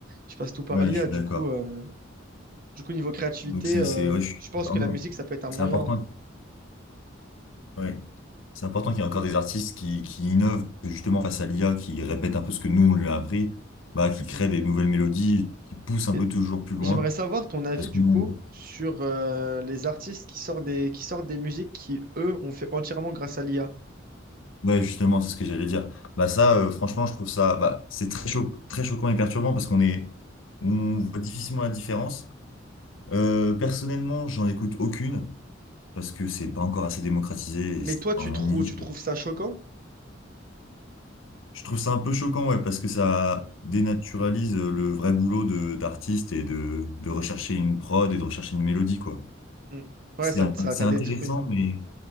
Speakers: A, on the right; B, on the left.
A: je passe tout par
B: ouais,
A: l'IA.
B: je suis
A: Du
B: d'accord.
A: coup, euh, du coup, niveau créativité,
B: Donc, c'est,
A: euh,
B: c'est, ouais, je suis
A: je pense
B: vraiment,
A: que la musique, ça peut être un
B: c'est
A: moyen.
B: important Ouais. C'est important qu'il y ait encore des artistes qui, qui innovent, que justement face à l'IA, qui répète un peu ce que nous on lui a appris, bah, qui
A: Mhm.
B: créent des nouvelles mélodies, qui poussent
A: Mais
B: un peu toujours plus loin.
A: j'aimerais savoir ton avis,
B: Parce que,
A: du
B: ouais,
A: coup, sur euh, les artistes qui sortent des, qui sortent des musiques qui, eux, ont fait entièrement grâce à l'IA.
B: justement, c'est ce que j'allais dire. Bah, ça, euh, franchement, je trouve ça, bah, c'est très cho- très choquant et perturbant parce qu'on est, on voit difficilement la différence. Euh, personnellement, j'en écoute aucune parce que c'est pas encore assez démocratisé
A: Mais
B: et c'est
A: toi, tu
B: en
A: trouves,
B: niche.
A: tu trouves ça choquant?
B: Je trouve ça un peu choquant, ouais, parce que ça dénaturalise euh, le vrai boulot de d'artiste et de, de rechercher une prod et de rechercher une mélodie, quoi.
A: Mm. Ouais,
B: C'est
A: ça,
B: un-
A: ça,
B: c'est
A: ça
B: intéressant,
A: détruit.
B: mais